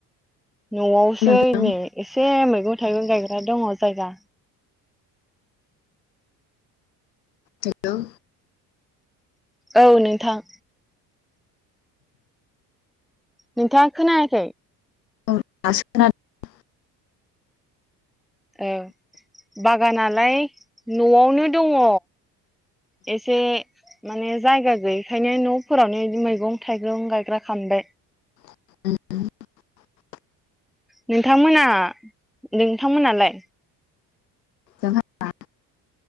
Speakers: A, in the centre; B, on the left.
A: न'आवसो
B: नोंथां
A: नै एसे मैगं थाइगं गायग्रा दङ' जायगा
B: हेल'
A: औ नोंथां नोंथाङा खोनायाखै
B: औ दासो खोनादों।
A: औ बागानालाय न'आवनो दङ' एसे माने जायगा गैयैखायनो न'फोरावनो मैगं थाइगं गायग्रा खामबाय
B: <inaudible>
A: नोंथांमोना नोंथांमोनालाय
B: जोंहा